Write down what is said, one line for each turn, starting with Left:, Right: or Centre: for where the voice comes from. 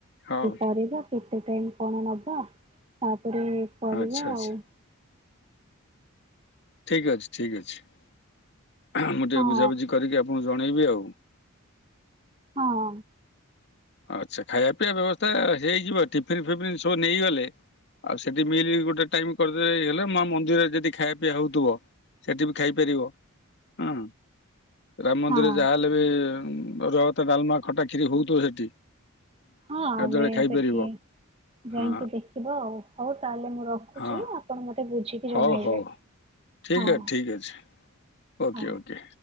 Left: ହଉ
Right: କରିବା। କେତେ ଟାଇମ୍ କଣ ନବ ତା ପରେ, କହିବା
Left: ଆଚ୍ଛା ଆଚ୍ଛା
Right: ଆଉ।
Left: ଠିକ ଅଛି, ଠିକ ଅଛି। ଆହା, ମୁଁ ଟିକେ
Right: ହଁ
Left: ବୁଝାବୁଝି କରିକି ଆପଣଙ୍କୁ ଜଣେଇବି ଆଉ।
Right: ହଁ।
Left: ଆଚ୍ଛା। ଖାଇବା ପିଇବା ବ୍ୟବସ୍ଥା ହେଇଯିବ। ଟିଫିନ୍ ଫିଫିନ୍ ସବୁ ନେଇଗଲେ, ଆଉ ସେଠି ମିଲ୍ ବି ଗୋଟେ ଟାଇମ୍ କରିଦେ ହେଇଗଲେ ମା ମନ୍ଦିରରେ ଯଦି ଖାଇବା ପିଇବା ହଉଥିବ, ସେଠି ବି ଖାଇପାରିବ। ହଁ। ରାମ ମନ୍ଦିରରେ
Right: ହଁ
Left: ଯାହାହେଲେ ବି ଉଁ ରଭାତ, ଡାଲମା, ଖଟା, ଖିରି ହୋଉଥିବ ସେଠି।
Right: ହଁ ଆମେ
Left: ଗାଧୁଆବେଳେ ଖାଇପାରିବ
Right: ସେଠି
Left: ହଁ
Right: ଯାଇକି ଦେଖିବା ଆଉ। ହୋଉ ତାହେଲେ ମୁଁ ରଖୁଚି
Left: ହଁ
Right: ଆପଣ ମତେ ବୁଝିକି
Left: ହଉ
Right: ଜଣେଇବେ
Left: ହଉ ଠିକ୍
Right: ହଁ।
Left: ଅଛି ଠିକ୍ ଅଛି ଓକେ
Right: ହଁ।
Left: ଓକେ।